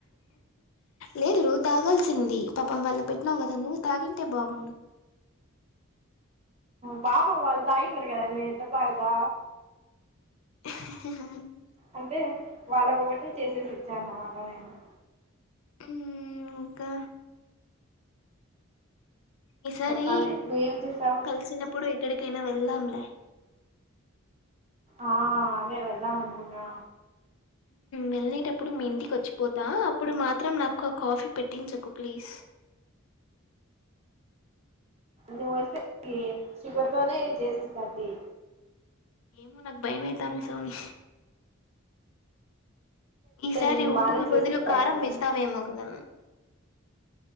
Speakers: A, on the left; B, on the right.
A: లేదు నువ్వు తాగాల్సింది పాపం వాళ్ళుకీ పెట్టినావు కదా నువ్వు తాగింటే బాగుండు
B: పాపం వాళ్లు తాగింటారు కదా నేనెట్లా తాగుతా
A: <inaudible>
B: అంతే వాళ్లకోక టీ చేసేసి ఇచ్చాను అన్నమాట నేను
A: ఇంకా ఈసారి
B: చెప్పాలి నువ్వేం చేసావు
A: కలిసినప్పుడు ఎక్కడికైనా వెళ్దాం లే
B: ఆ అదే వెళ్దాం అనుకున్నా
A: వెళ్ళలేటప్పుడు మీ ఇంటి కొచ్చిపోతా అప్పుడు మా త్రం నాకు ఆ కాఫీ పెట్టించకు ప్లీజ్
B: నువ్వొస్తే కి షుగర్తోనే చేసిస్తా టి
A: ఏమో నాకు భయమైతాంది సామి ఈసారి
B: నేను
A: ఉప్పుకి
B: బానే చేసిస్తా
A: బదులు కారం
B: గానీ
A: చేస్తావేమో కదా